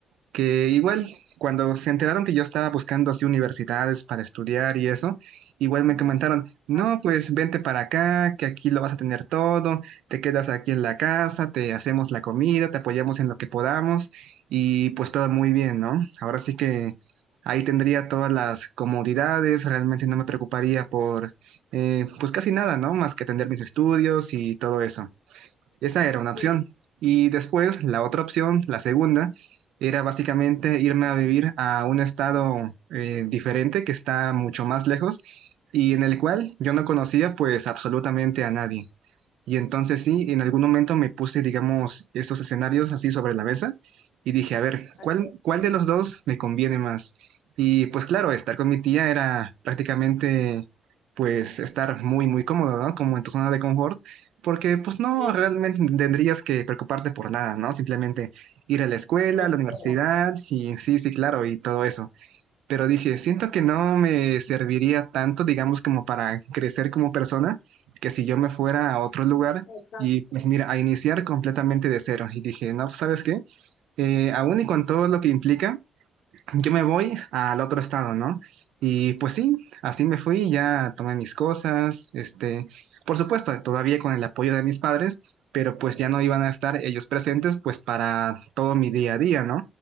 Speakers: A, on the right; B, on the left.
A: que igual cuando se enteraron que yo estaba buscando así universidades para estudiar y eso, igual me comentaron, no,
B: Ah,
A: pues vente para acá, que aquí lo vas a tener todo, te quedas aquí en la casa, te hacemos la comida, te apoyamos en lo que podamos y pues todo muy bien, ¿no? Ahora sí que ahí tendría todas las comodidades, realmente no me preocuparía por eh, pues casi nada, ¿no? Más que atender mis estudios y todo eso. Esa era una opción.
B: Sí,
A: Y después la otra opción, la segunda, era básicamente irme a vivir a un estado eh, diferente que está mucho más lejos y en el cual yo no conocía pues absolutamente a nadie. Y entonces sí, en algún momento me puse, digamos, estos escenarios así sobre la mesa y dije, a ver,
B: así
A: ¿cuál,
B: es,
A: cuál de los dos me conviene más? Y pues claro, estar con mi tía era prácticamente, pues, estar muy, muy cómodo, ¿no? Como en tu zona de confort, porque pues no,
B: sí,
A: realmente tendrías que preocuparte por nada, ¿no? Simplemente ir a la escuela,
B: pues,
A: a la universidad
B: claro.
A: y sí, sí, claro, y todo eso pero dije, siento que no me serviría tanto, digamos, como para crecer como persona, que si yo me fuera a otro lugar
B: Exacto.
A: y pues mira, a iniciar completamente de cero. Y dije, no, pues, ¿sabes qué? Eh, aún y con todo lo que implica, yo me voy al otro estado, ¿no? Y pues sí, así me fui, ya tomé mis cosas, este, por supuesto, todavía con el apoyo de mis padres, pero pues ya no iban a estar ellos presentes pues para todo mi día a día, ¿no?